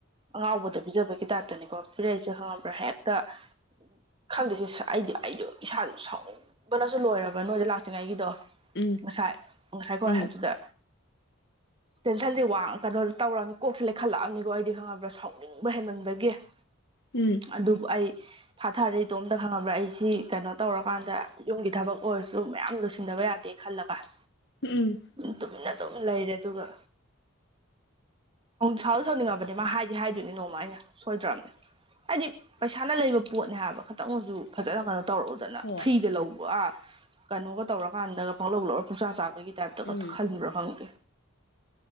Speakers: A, on the right; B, on the left.
A: ꯑꯉꯥꯎꯕꯗ ꯄꯤꯖꯕꯒꯤ ꯇꯥꯏꯞꯇꯅꯤꯀꯣ ꯄꯤꯔꯛꯏꯁꯦ ꯈꯪꯉꯕ꯭ꯔꯥ ꯍꯦꯛꯇ ꯫ ꯈꯪꯗꯦꯁꯦ ꯑꯩꯗꯤ ꯑꯩꯗꯤ ꯏꯁꯥꯁꯦ ꯁꯥꯎꯅꯤꯡꯕꯅꯁꯨ ꯂꯣꯏꯔꯕ ꯅꯣꯏꯗ ꯂꯥꯛꯇ꯭ꯔꯤꯉꯩꯒꯤꯗꯣ ꯫
B: ꯎꯝ
A: ꯉꯁꯥꯏ ꯉꯁꯥꯏꯀꯣ
B: ꯎꯝ
A: ꯍꯥꯏꯕꯗꯨꯗ ꯇꯦꯟꯁꯟꯁꯦ ꯋꯥꯡꯉ ꯀꯩꯅꯣ ꯇꯧꯔꯃꯤ ꯀꯣꯛꯁꯦ ꯂꯩꯈꯠꯂꯛꯑꯕꯅꯤꯀꯣ ꯑꯩꯗꯤ ꯈꯪꯉꯕ꯭ꯔꯥ ꯁꯥꯎꯅꯤꯡꯕ ꯍꯦꯟꯃꯟꯕꯒꯦ ꯫ <inaudible>
B: ꯎꯝ
A: ꯑꯗꯨꯕꯨ ꯑꯩ ꯐꯥꯊꯔ ꯏꯇꯣꯝꯇ ꯈꯪꯉꯕ꯭ꯔꯥ ꯑꯩ ꯁꯤ ꯀꯩꯅꯣ ꯇꯧꯔꯀꯥꯟꯗ ꯌꯨꯝꯒꯤ ꯊꯕꯛ ꯑꯣꯏꯔꯁꯨ ꯃꯌꯥꯝ ꯂꯣꯏꯁꯤꯟꯗꯕ ꯌꯥꯗꯦ ꯈꯜꯂꯒ ꯫
B: ꯎꯝ
A: ꯇꯨꯃꯤꯟꯅ ꯑꯗꯨꯝ ꯂꯩꯔꯦ ꯑꯗꯨꯒ ꯁꯥꯎ ꯁꯥꯎꯅꯤꯡꯉꯕꯅꯦ ꯃꯥ ꯍꯥꯏꯗꯤ ꯍꯥꯏꯗꯣꯏꯅꯦ ꯅꯣꯡꯃ ꯑꯩꯅ ꯫ ꯁꯣꯏꯗ꯭ꯔꯕꯅꯦ ꯍꯥꯏꯗꯤ ꯄꯩꯁꯥꯅ ꯂꯩꯕ ꯄꯣꯠꯅꯦ ꯍꯥꯏꯕ ꯈꯤꯇꯪꯑꯣꯏꯁꯨ ꯫ ꯐꯖꯅ ꯀꯩꯅꯣ ꯇꯧꯔꯛꯎꯗꯅ
B: ꯍꯣꯏ
A: ꯐ꯭ꯔꯤꯗ ꯂꯧꯕ ꯑꯥ ꯀꯩꯅꯣꯒ ꯇꯧꯔꯀꯥꯟꯗꯒ ꯄꯥꯛꯂꯧ ꯂꯧꯔ ꯄꯪꯆꯥ ꯆꯥꯕꯒꯤ ꯀꯞꯇꯒ
B: ꯎꯝ
A: ꯈꯟꯕ꯭ꯔꯣ ꯈꯪꯗꯦ